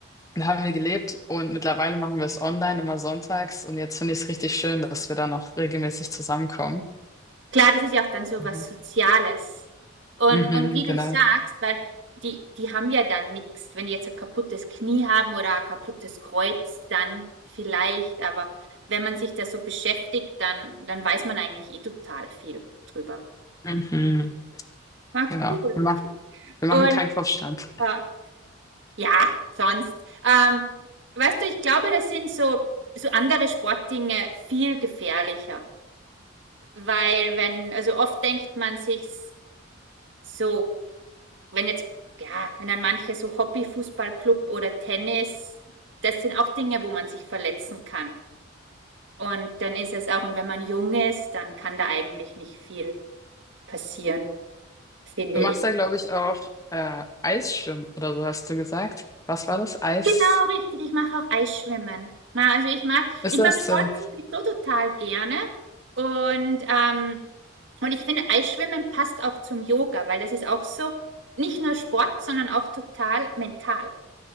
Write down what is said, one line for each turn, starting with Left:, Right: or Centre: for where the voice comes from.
Left: da haben wir gelebt und mittlerweile machen wir es online immer sonntags und jetzt finde ich es richtig schön, dass wir da noch regelmäßig zusammenkommen.
Right: Klar, das ist ja auch dann so
Left: Mhm.
Right: was Soziales. Und
Left: Mhm,
Right: und wie
Left: genau.
Right: du sagst, weil die die haben ja dann nichts, Wenn die jetzt ein kaputtes Knie haben oder ein kaputtes Kreuz, dann vielleicht, aber wenn man sich da so beschäftigt, dann dann weiß man eigentlich eh total viel drüber.
Left: Mhm,
Right: Ah,
Left: genau.
Right: cool.
Left: Wir machen, wir
Right: Und,
Left: machen keinen Kopfstand.
Right: äh ja, sonst, ähm, weißt du, ich glaube, das sind so so andere Sportdinge viel gefährlicher, weil wenn also, oft denkt man sich so wenn jetzt, ja, wenn dann manche so Hobby-Fußballclub oder Tennis, das sind auch Dinge, wo man sich verletzen kann. Und dann ist es auch, und wenn man jung ist, dann kann da eigentlich nicht viel passieren, finde
Left: Du
Right: ich.
Left: machst da, glaube ich, auch äh, Eisschwimmen oder so, hast du gesagt. Was war das? Eis?
Right: Genau, richtig. Ich mache auch Eisschwimmen. Na, also ich mag,
Left: Ist
Right: ich
Left: das?
Right: mag Sport
Left: Äh,
Right: sowieso total gerne. Und, ähm, und ich finde, Eisschwimmen passt auch zum Yoga, weil das ist auch so, nicht nur Sport, sondern auch total mental.